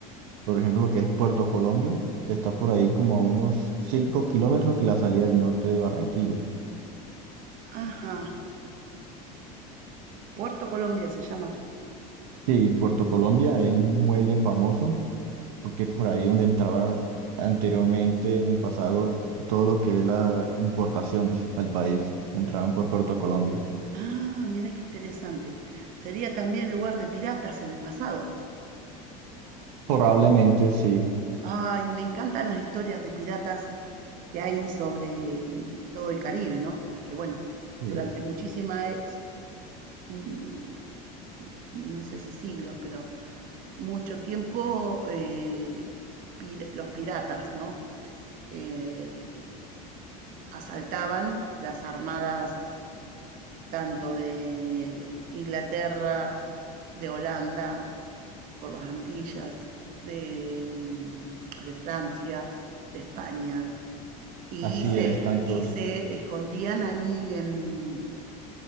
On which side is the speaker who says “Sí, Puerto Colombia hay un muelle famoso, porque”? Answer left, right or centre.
Right